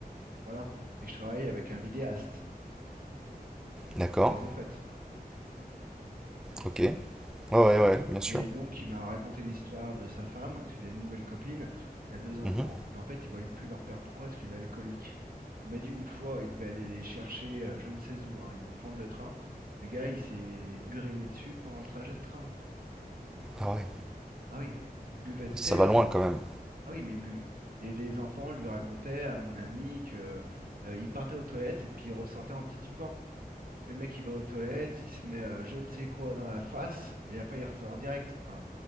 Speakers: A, on the right; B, in the centre.
A: voilà, et je travaille avec un vidéaste,
B: d'accord,
A: mais au fait,
B: ok. Ouais,
A: hein,
B: ouais,
A: voilà.
B: ouais, bien sûr.
A: Et donc, il m'a raconté l'histoire de sa femme, parce qu'il a une nouvelle copine, qui a deux enfants.
B: Mhm.
A: Et en fait, il voyait plus leur père. Pourquoi? Parce qu'il est alcoolique. Il m'a dit une fois, il devait aller les chercher, euh, je ne sais où, hein, il devait prendre le train. Le gars, il s'est uriné dessus pendant le trajet de train.
B: Ah ouais,
A: Ah oui, il buvait tellement.
B: ça va loin quand même.
A: Ah oui, mais bu- et les enfants lui racontaient à mon ami que euh, il partait aux toilettes puis il ressortait en titubant. Parce que le mec il va aux toilettes, il se met euh, je ne sais quoi dans la face et après il ressort direct. Enfin,